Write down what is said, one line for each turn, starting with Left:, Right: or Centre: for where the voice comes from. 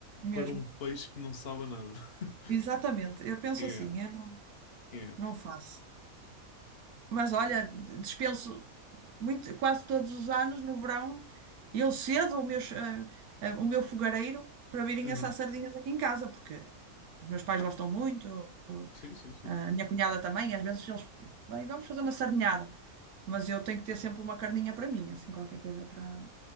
Left: para
Right: Mesmo.
Left: um peixe que não sabe nada. <laughs>
Right: Exatamente. Eu penso
Left: É,
Right: assim, eu não,
Left: é.
Right: não faço. Mas olha, dispenso muito, quase todos os anos, no verão, eu cedo o meu, o meu fogareiro para virem
Left: Uhum.
Right: assar sardinhas aqui em casa, porque os meus pais
Left: Ah,
Right: gostam muito.
Left: sim, sim, sim.
Right: Ah, A minha cunhada também, às vezes eles, bem, vamos fazer uma sardinhada, mas eu tenho que ter sempre uma carninha para mim, assim, qualquer coisa para